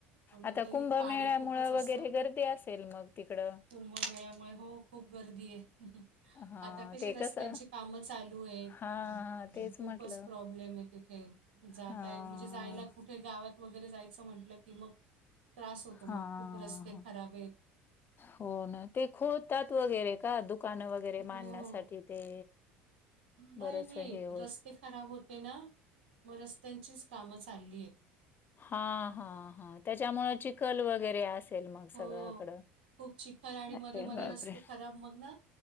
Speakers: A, on the right; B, on the left.
A: पण मग
B: आता
A: तरी
B: कुंभमेळ्यामुळ,
A: पाणी खूपच असतं
B: वगैरे गर्दी असेल मग तिकडं.
A: कुंभमेळ्यामुळे हो खूप गर्दी हे,
B: हां,
A: आता कशी
B: ते
A: रस्त्यांची
B: कसं हां,
A: कामं चालू आहे.
B: हां, तेच
A: त खूपच
B: म्हटलं.
A: प्रॉब्लेम आहे तिथे, जाताय
B: हां,
A: म्हणजे जायला कुठे कुठे गावात वगैरे जायचं म्हंटलं की मग त्रास होतो,
B: हां,
A: मग खूप रस्ते
B: हां.
A: खराब हे.
B: हो ना ते खोदतात वगैरे का दुकानं वगैरे
A: हो.
B: मांडण्यासाठी ते.
A: नाही,
B: बरंच
A: नाही
B: हे होत
A: रस्ते खराब होते ना म रस्त्यांचीच कामं चालली हेत.
B: हा हा! हा त्याच्यामुळं चिखल वगैरे असेल मग
A: हो.
B: सगळ्याकडं
A: खूप चिखल आणि
B: अरे
A: मध्ये-मध्ये
B: बापरे!
A: रस्ते खराब मग ना